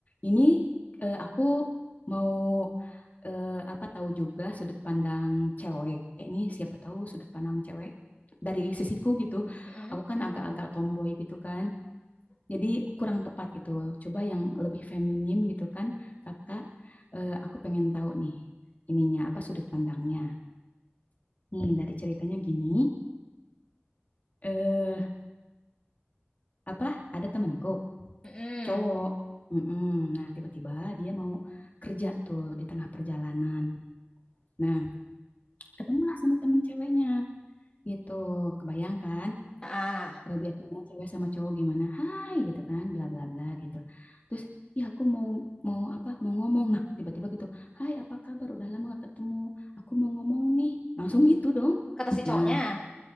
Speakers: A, on the left; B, on the left.
A: Ini eh, aku mau eh, apa tahu juga sudut pandang cewek. Ini siapa tahu sudut pandang cewek dari sisiku gitu.
B: Mm-mm.
A: Aku kan agak-agak tomboy gitu kan. Jadi kurang tepat gitu. Coba yang lebih feminim gitu kan, kakak. eh, aku pengen tahu nih ininya apa sudut pandangnya. Nih dari ceritanya gini, eh apa ada temanku
B: Mm-mm.
A: cowok. Mm-mm. Nah tiba-tiba dia mau kerja tuh di tengah perjalanan. Nah ketemulah sama temen ceweknya gitu. Kebayangkan
B: Ah,
A: eh, biasanya cewek sama cowok gimana hai gitu kan bla bla bla gitu terus ya aku mau mau apa mau ngomong nah tiba-tiba gitu hai apa kabar udah lama gak ketemu aku mau ngomong nih langsung gitu dong
B: kata si
A: nah
B: cowoknya.